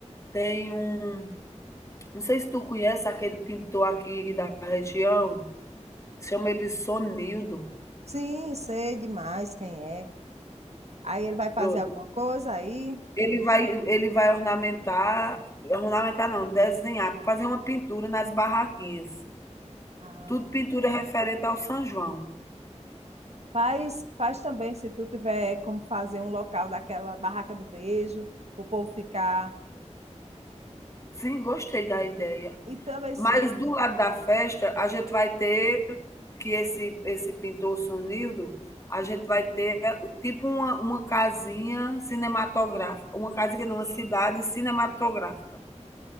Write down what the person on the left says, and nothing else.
Tem um Não sei se tu conhece aquele pintor aqui da região, chama ele Sonildo.
Pronto.
Ele vai ele vai ornamentar ornamentar não, desenhar, fazer uma pintura nas barraquinhas.
Tudo pintura referente ao São João.
Sim, gostei da ideia.
Mas do lado da festa, a gente vai ter que esse esse pintor Sonildo, a gente vai ter tipo uma uma casinha cinematográfica, uma casinha não, uma cidade cinematográfica.